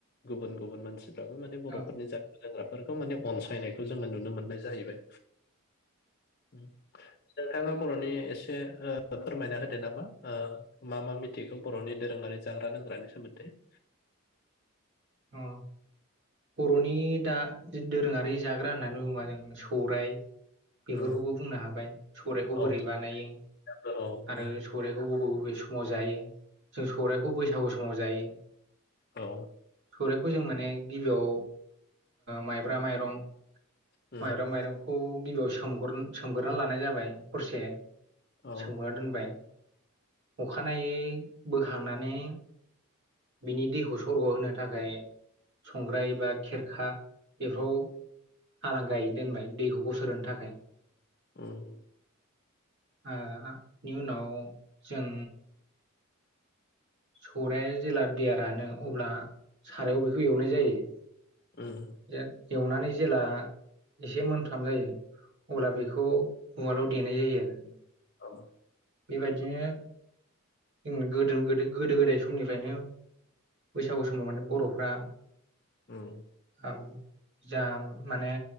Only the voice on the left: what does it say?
गुबुन गुबुन मानसिफ्राबो मान बर'फोरनि
जाग्रा लोंग्राफोर खौ माने अनसायनायखौ जोङो नुनो मोननाय जाहैबाय। नोंथाङा बर'नि एसे एसे फोरमायना होदो नामा मा मा मिथिगौ बर'नि दोरोङारि जाग्रा लोंग्रानि सोमोन्दै। <inaudible>
औ
औ
साफ्रा औ उम
औ।
उम
औ
उम
ओम।
औ।
उम